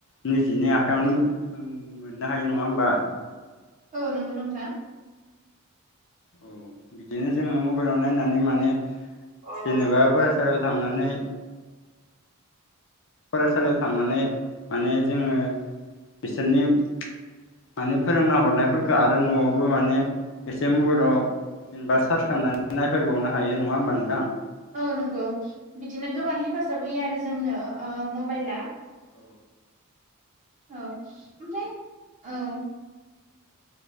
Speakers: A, on the left; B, on the right.
A: निजिनि आखायावनो मोननो हायो हायो नङा होमबा
B: औ नंगौ नोंथां
A: औ बिदिनो जोङो मबाइलाव नायनानै माने
B: औ
A: जेनेबा
B: नंगौ नोंथां
A: फरायसालियाव थांनानै फरायसालियाव थांनानै माने जोङो बिसोरनि माने फोरोंना हरनायफोरखौ आरो न'आवबो माने एसे मबाइलाव जेनेबा सार्च खालामनानै नायफैबावनो हायो नङा होमबा नोंथां
B: औ नंगौ बिदिनो गोबां हेफाजाब होयो आरो जोंनो ओ मबाइला
A: औ
B: औ ओमफ्राय ओ